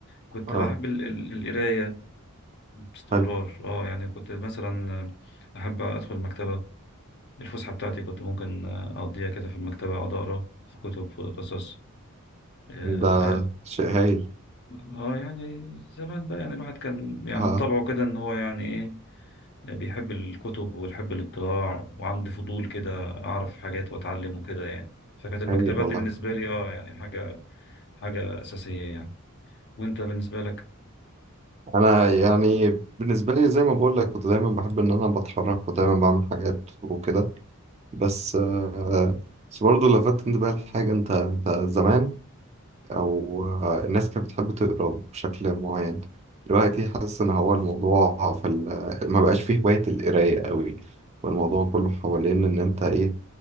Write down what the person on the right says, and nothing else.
اه
حلو
ده
شيء هايل
اه
هايل والله
انا يعني بالنسبه لي زي ما بقول لك كنت دايما بحب ان انا بتحرك ودايما بعمل حاجات وكده بس آه، بس برضه لفت انتباهي لحاجه انت انت زمان او آه، الناس كانت بتحب تقرا بشكل معين دلوقتي حاسس ان هو الموضوع في ال- ما بقاش فيه هوايه القرايه قوي والموضوع كله حوالين ان انت ايه